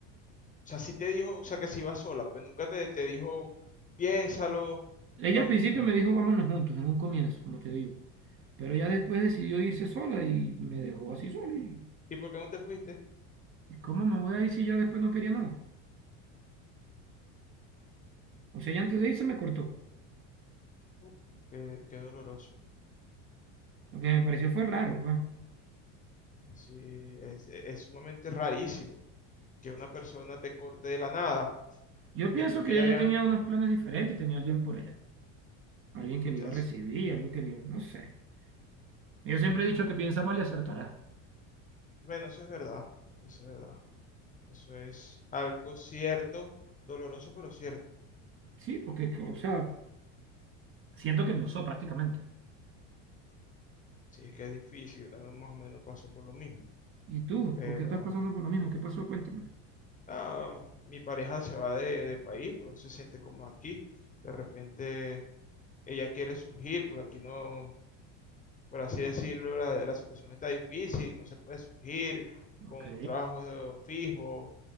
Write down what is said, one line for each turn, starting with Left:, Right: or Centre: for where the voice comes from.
Left: sea, sí te dijo, o sea, que si iba sola, pues nunca te, te dijo, piénsalo.
Right: Ella
Left: No,
Right: al principio
Left: nunca.
Right: me dijo vámonos juntos, en un comienzo, como te digo. Pero ya después decidió irse sola y me dejó así
Left: ¿Y,
Right: solo. ¿Y,
Left: y por qué no te fuiste?
Right: ¿y cómo me voy a ir si ya después no quería nada? O sea, ya antes de irse me cortó.
Left: Uh, Qué, qué doloroso.
Right: Lo que me pareció fue raro, pues.
Left: Sí, es, es sumamente rarísimo. que una persona te corte de la nada
Right: Yo
Left: después
Right: pienso que
Left: que
Right: ella
Left: ya habían...
Right: ya tenía unos planes diferentes y tenía alguien por allá. Alguien
Left: o
Right: que le
Left: sea,
Right: iba a
Left: es-
Right: recibir, algo que le... No sé. Yo siempre he dicho que piensa mal y acertará.
Left: bueno, eso es verdad, eso es verdad. Eso es algo cierto, doloroso pero cierto.
Right: Sí, porque, o sea, siento que me usó prácticamente.
Left: Sí, es que es difícil, yo también más o menos paso por lo mismo.
Right: ¿Y tú?
Left: Pero
Right: ¿Por qué estás pasando por lo mismo? ¿Qué pasó? Cuéntame.
Left: ah, mi pareja se va de, de país, porque no se siente cómoda aquí. De repente ella quiere surgir, porque aquí no, por así decirlo, la, la situación está difícil, no se puede surgir
Right: Ok.
Left: con un trabajo fijo